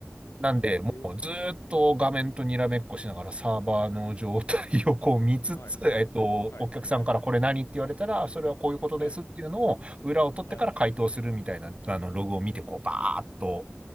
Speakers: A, on the right; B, on the left.
A: なんで、
B: え、
A: ずーっと画面とにらめっこしながらサーバーの状態をこう見つつ、
B: はい、はい、はい、
A: <laughs> えっと、
B: はい、
A: お客さんからこれ何って言われたら、
B: はい、
A: それはこういうことですっていうのを裏を取ってから回答するみたいな、
B: はい、はい。はい。
A: あの、ログを見て、こう、バーっと、